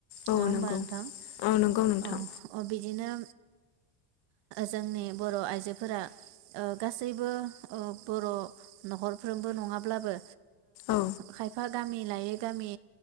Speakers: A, on the left; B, on the right.
A: औ
B: नङा होमबा
A: नंगौ
B: नोंथां
A: औ नंगौ नोंथां
B: औ। बिदिनो जोंनि बर' आइजोफोरा गासैबो बर' न'खरफ्रोमबो नङाब्लाबो
A: औ
B: खायफा गामि लायै गामि